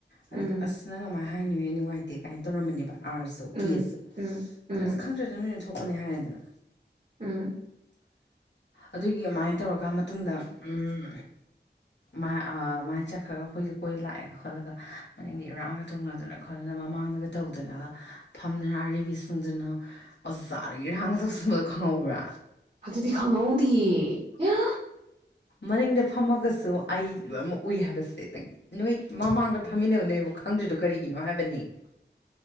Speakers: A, on the left; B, on the right.
A: ꯑꯗ
B: ꯎꯝ
A: ꯑꯁ ꯅꯪ ꯑꯃꯥꯏ ꯍꯥꯏꯅꯨꯍꯦ ꯅꯨꯡꯉꯥꯏꯇꯦ ꯀꯥꯏꯅ ꯇꯧꯔꯝꯕꯅꯦꯕ ꯑꯥꯔꯁꯨ
B: ꯎꯝ
A: ꯀꯦꯁꯨ
B: ꯎꯝ ꯎꯝ
A: ꯑꯁ ꯈꯪꯗ꯭ꯔꯦꯗ ꯅꯣꯏ ꯅꫭꯏꯅ ꯊꯣꯛ ꯄꯅꯦ ꯍꯥꯏꯔꯦꯗꯅ
B: ꯎꯝ
A: ꯑꯗꯨꯒꯤ ꯑꯃꯥꯏꯅ ꯇꯧꯔꯀꯥꯟ ꯃꯇꯨꯡꯗ ꯎꯝ ꯃꯥꯏ ꯑ ꯃꯥꯏ ꯆꯠꯈ꯭ꯔꯒ ꯑꯩꯈꯣꯏꯗ ꯈꫭꯏꯁꯤ ꯂꯥꯛꯑꯒ ꯈꯣꯠꯂꯒ ꯃꯅꯤꯡꯗ ꯏꯔꯥꯡꯒ ꯇꯧꯅꯗꯅ ꯈꯣꯠꯂꯅ ꯃꯃꯥꯡꯗꯒ ꯇꯧꯗꯅꯒ ꯐꯝꯗꯅ ꯑꯔꯤꯕꯤꯁꯤꯡꯗꯨꯅ ꯑꯣꯖꯥꯗ ꯏꯔꯥꯡꯒ ꯇꯧꯁꯤꯟꯕꯗꯣ ꯈꯪꯍꯧꯕ꯭ꯔꯥ
B: ꯑꯗꯨꯗꯤ ꯈꯪꯍꯧꯗꯤꯌꯦ ꯑꯦ ꯌꯥ
A: ꯃꯅꯤꯡꯗ ꯐꯝꯃꯒꯁꯨ ꯑꯩ ꯂꯣꯏꯃꯛ ꯎꯏ ꯍꯥꯏꯕꯁꯦ ꯅꯪ ꯅꯣꯏ ꯃꯃꯥꯡꯗ ꯐꯝꯃꯤꯟꯅꯕ ꯅꯣꯏꯕꯧ ꯈꯪꯗ꯭ꯔꯤꯗꫭ ꯀꯔꯤꯒꯤꯅꯣ ꯍꯥꯏꯕꯅꯦ